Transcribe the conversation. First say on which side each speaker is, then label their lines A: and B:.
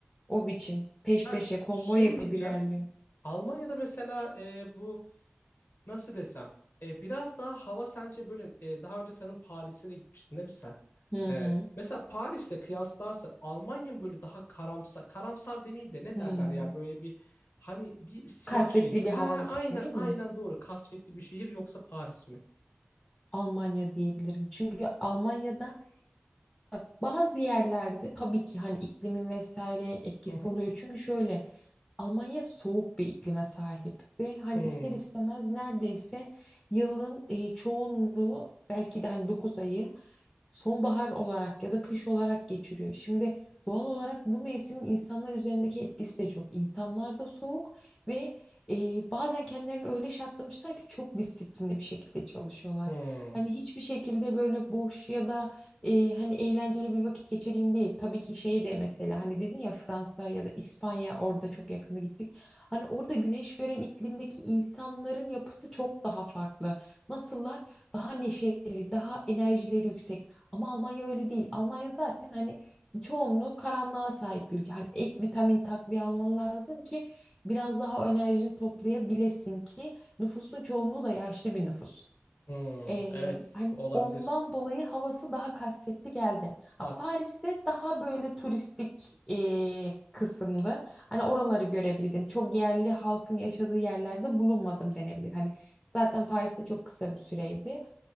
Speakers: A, on the left; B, on the left.
A: o biçim peş
B: Ya
A: peşe konvoy
B: şey
A: yapıp
B: diyeceğim.
A: ilerliyor.
B: Almanya'da mesela e, bu Nasıl desem? E, biraz daha hava sence böyle e, daha önce senin Paris'e de gitmiştin değil mi sen?
A: Hı
B: E,
A: hı.
B: mesela Paris'le kıyaslarsan Almanya mı böyle daha karamsar, karamsar demeyeyim de ne
A: hı.
B: derler ya böyle bir hani bir siyah
A: Kasvetli
B: şey.
A: bir
B: Ha
A: hava yapısı
B: aynen
A: değil mi?
B: aynen doğru. Kasvetli bir şehir yoksa Paris mi?
A: Almanya diyebilirim. Çünkü Almanya'da Bak, Bazı yerlerde tabii ki hani iklimin vesaire etkisi
B: Hı hı.
A: oluyor. Çünkü şöyle Almanya soğuk bir iklime sahip ve hani
B: Hmm,
A: ister istemez neredeyse yılın e, çoğunluğu belki de hani 9 ayı sonbahar olarak ya da kış olarak geçiriyor. Şimdi doğal olarak bu mevsimin insanlar üzerindeki etkisi de çok. İnsanlar da soğuk ve e, bazen kendilerini öyle şartlamışlar ki çok disiplinli bir şekilde çalışıyorlar.
B: hmm,
A: Hani hiçbir şekilde böyle boş ya da e, hani eğlenceli bir vakit geçireyim değil. Tabii ki şey de mesela hani dedin ya Fransa ya da İspanya orada çok yakında gittik. Hani orada güneş gören iklimdeki insanların yapısı çok daha farklı. Nasıllar? Daha neşeli, daha enerjileri yüksek. Ama Almanya öyle değil. Almanya zaten hani çoğunluğu karanlığa sahip bir ülke. Hani ek vitamin takviye alman lazım ki biraz daha enerjini toplayabilesin ki nüfusun çoğunluğu da yaşlı bir nüfus.
B: hmm.
A: Ee,
B: Evet
A: hani
B: olabilir.
A: ondan dolayı havası daha kasvetli geldi. Ha,
B: Bak.
A: Paris'te daha böyle turistik ee, kısımdı. Hani oraları görebildim. Çok yerli halkın yaşadığı yerlerde bulunmadım denebilir. Hani zaten Paris'te çok kısa bir süreydi.